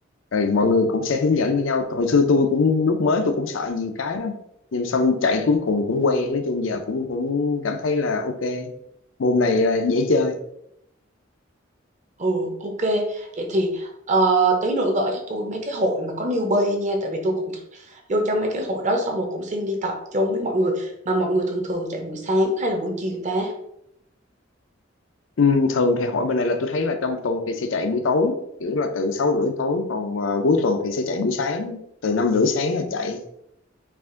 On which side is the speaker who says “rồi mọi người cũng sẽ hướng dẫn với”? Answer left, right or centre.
Left